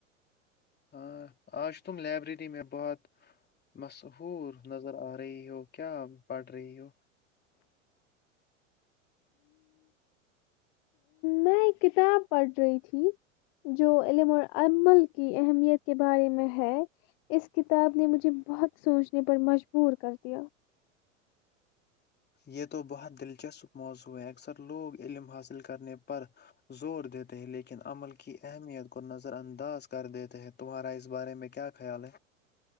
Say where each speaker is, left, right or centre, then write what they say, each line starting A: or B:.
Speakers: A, on the left; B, on the left.
A: ہاں آج تم لائبریری میں بہت مشہور نظر آ رہی ہو کیا پڑھ رہی ہو
B: میں ایک کتاب پڑھ رہی تھی جو علم اور امل کی اہمیت کے بارے میں ہے اس کتاب نے مجھے بہت سوچنے پر مجبور کر دیا
A: یہ تو بہت دلچسپ موضوع ہے اکثر لوگ علم حاصل کرنے پر زور دیتے ہیں لیکن عمل کی اہمیت کو نظر انداز کر دیتے ہیں تمہارا اس بارے میں کیا خیال ہے